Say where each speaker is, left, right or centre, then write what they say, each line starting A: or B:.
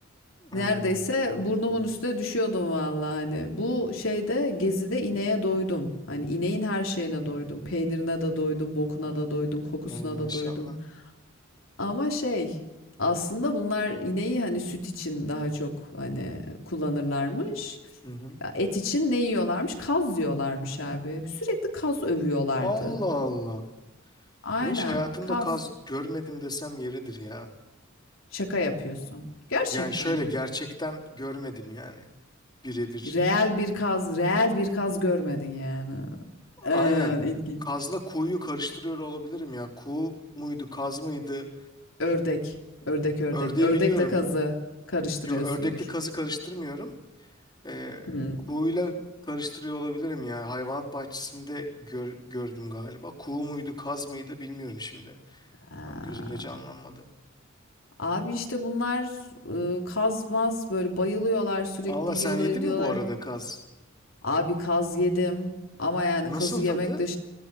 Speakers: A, on the left; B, on the left.
A: Ha,
B: Neredeyse burnumun üstüne düşüyordum vallahi hani. Bu şeyde gezide ineğe doydum. Hani ineğin her şeyine doydum. Peynirine de doydum, bokuna da doydum, kokusuna
A: ey maşallah.
B: da doydum. Ama şey aslında bunlar ineği hani süt için daha çok hani kullanırlarmış.
A: Hı hı.
B: Ya Et için ne yiyorlarmış? Kaz diyorlarmış abi. Sürekli kaz övüyorlardı.
A: Allah Allah.
B: Aynen,
A: Ben hiç hayatımda
B: kaz.
A: kaz görmedim desem yeridir ya.
B: Şaka yapıyorsun. Gerçekten
A: Yani şöyle
B: mi?
A: gerçekten görmedim yani. Birebir.
B: Reel bir kaz, reel bir kaz görmedin yani. Ee,
A: Aynen.
B: ilginç.
A: Kazla kuğuyu karıştırıyor olabilirim ya. Kuğu muydu, kaz mıydı?
B: Ördek, ördek, ördek.
A: Ördeği
B: Ördekle
A: biliyorum.
B: kazı
A: Ö-
B: karıştırıyorsundur.
A: Yo, ördekle kazı karıştırmıyorum. Ee,
B: Hmm.
A: kuğuyla karıştırıyor olabilirim ya. Hayvanat bahçesinde gör- gördüm galiba. Kuğu muydu, kaz mıydı bilmiyorum şimdi.
B: Aa,
A: Tam gözümde canlanmadı.
B: Abi işte bunlar e, kaz böyle bayılıyorlar sürekli
A: Allah
B: yiyorlar
A: sen yedin
B: ediyorlar.
A: mi bu arada kaz?
B: Abi kaz yedim ama yani
A: Nasıl
B: kazı
A: tadı?
B: yemek de